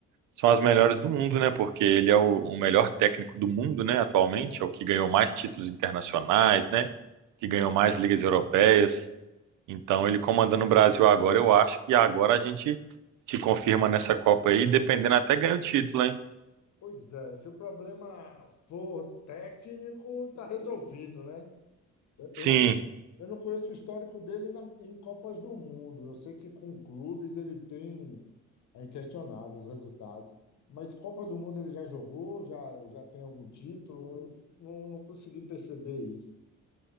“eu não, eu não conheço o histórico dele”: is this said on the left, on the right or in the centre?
Left